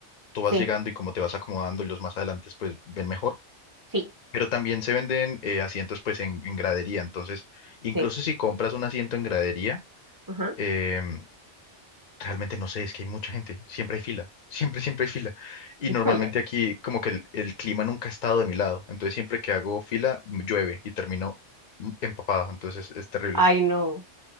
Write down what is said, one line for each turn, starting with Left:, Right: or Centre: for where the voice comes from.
Left: tú
Right: sí,
Left: vas llegando y como te vas acomodando y los más adelante pues ven mejor.
Right: sí,
Left: Pero también se venden eh, asientos pues en, en gradería. Entonces, incluso
Right: sí,
Left: si compras un asiento en gradería,
Right: ajá.
Left: em, Realmente no sé, es que hay mucha gente, siempre hay fila, <laughs> siempre, siempre hay fila. Y
Right: Híjole.
Left: normalmente aquí como que el, el clima nunca ha estado de mi lado, entonces siempre que hago fila m- llueve y termino m- empapado, entonces es, es terrible.
Right: Ay, no.